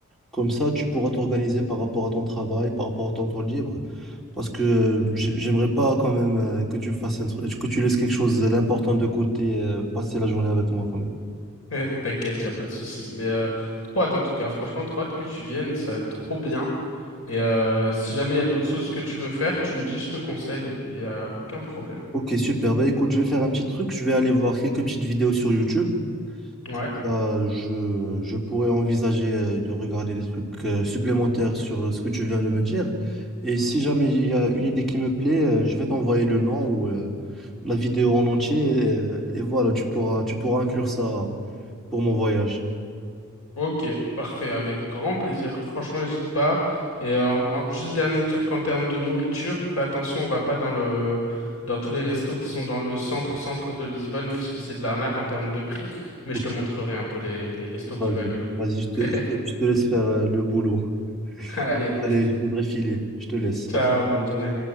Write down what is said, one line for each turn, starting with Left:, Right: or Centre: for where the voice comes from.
Centre: Comme ça, tu pourras t'organiser par rapport à ton travail, par rapport à ton temps libre. Parce que euh, j'ai- j'aimerais pas quand même euh, que tu fasses un truc, que tu laisses quelque chose d'important de côté, euh, passer la journée avec moi quand même.
Left: <laughs> T'inquiète, y a pas de souci. Mais euh, trop hâte en tout cas. Franchement, trop hâte que tu viennes, ça va être trop bien. Et euh, si jamais il y a d'autres choses que tu veux faire, tu me dis, je te conseille. Il y a aucun problème.
Centre: Ok, super. Bah écoute, je vais faire un petit truc. Je vais aller voir quelques petites vidéos sur YouTube.
Left: Ouais.
Centre: Comme ça, je, je pourrais envisager euh, de regarder des trucs euh, supplémentaires sur euh, ce que tu viens de me dire. Et si jamais il y a une idée qui me plaît, euh, je vais t'envoyer le nom ou euh, la vidéo en entier. Et, euh, et voilà, tu pourras, tu pourras inclure ça pour mon voyage.
Left: Ok, parfait, avec grand plaisir. Franchement, n'hésite pas. Et euh, en- en- juste dernier truc en termes de nourriture, fais attention, on va pas dans le dans tous les restos qui sont dans le centre centre de Lisbonne parce que c'est de l'arnaque en termes de prix. Mais
Centre: Ok,
Left: je te montrerai un peu les les restos
Centre: Vas-y,
Left: qui valent le coup.
Centre: vas-y, je te,
Left: <laughs>
Centre: je te je te laisse faire euh, le boulot.
Left: Allez,
Centre: Allez, je devrais filer. Je te laisse.
Left: ciao,
Centre: À tout
Left: bonne journée.